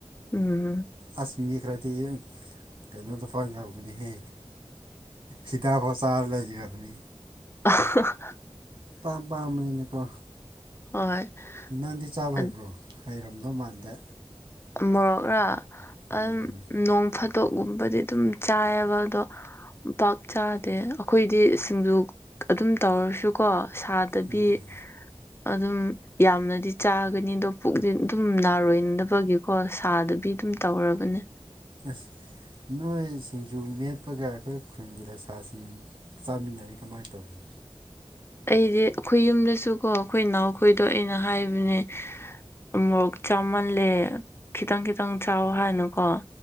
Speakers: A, on the left (about 25°); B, on the right (about 50°).
A: ꯎꯝ
B: ꯑꯁ ꯃꯤ ꯈ꯭ꯔꯗꯤ ꯀꯩꯅꯣꯗ ꯐꯥꯎ ꯌꯥꯎꯕꯅꯤꯍꯦ ꯍꯤꯗꯥꯛꯐꯣ ꯆꯥꯔ ꯂꯩꯈꯔꯕꯅꯤ
A: ꯑ
B: ꯄꯥꯝ ꯄꯥꯝꯕꯅꯅꯤꯀꯣ
A: ꯍꯣꯏ
B: ꯅꯪꯗꯤ ꯆꯥꯕ
A: ꯑ-
B: ꯍꯩꯕ꯭ꯔꯣ ꯍꯩꯔꯝꯗꯧ ꯃꯥꯟꯗꯦ
A: ꯃꯣꯔꯛꯔꯥ
B: ꯎꯝ
A: ꯑꯗꯨꯝ ꯅꯣꯡ ꯐꯥꯗꯣꯛꯒꯨꯝꯕꯗꯤ ꯑꯗꯨꯝ ꯆꯥꯏꯑꯕ ꯑꯗꯣ ꯄꯥꯛ ꯆꯥꯗꯦ ꯑꯩꯈꯣꯏꯗꯤ ꯁꯤꯡꯖꯨ ꯑꯗꯨꯝ ꯇꯧꯔꯁꯨꯀꯣ ꯁꯥ ꯇꯕꯤ
B: ꯎꯝ
A: ꯑꯗꯨꯝ ꯌꯥꯝꯅꯗꯤ ꯆꯥꯒꯅꯤ ꯑꯗꯣ ꯄꯨꯛ ꯑꯗꯨꯝ ꯅꯥꯔꯣꯏꯅꯕꯒꯤ ꯀꯣ ꯁꯥꯗꯨꯕꯤ ꯑꯗꯨꯝ ꯇꯧꯔꯕꯅꯦ
B: ꯑꯁ ꯅꯣꯏ ꯁꯤꯡꯖꯨ ꯃꯦꯠꯄꯒ ꯑꯩꯈꯣꯏ ꯈꯨꯟꯒꯤ ꯂꯩꯁꯥꯁꯤꯡ ꯆꯥꯃꯤꯟꯅꯩ ꯀꯃꯥꯏ ꯇꯧꯔꯤ
A: ꯑꯩꯗꯤ ꯑꯩꯈꯣꯏ ꯌꯨꯝꯗꯁꯨꯀꯣ ꯑꯩꯈꯣꯏ ꯏꯅꯥꯎꯈꯣꯏꯗꯣ ꯑꯩꯅ ꯍꯥꯏꯕꯅꯦ ꯃꯨꯔꯣꯛ ꯆꯥꯃꯜꯂꯦ ꯈꯤꯇꯪ ꯈꯤꯇꯪ ꯆꯥꯎ ꯍꯥꯏꯅꯀꯣ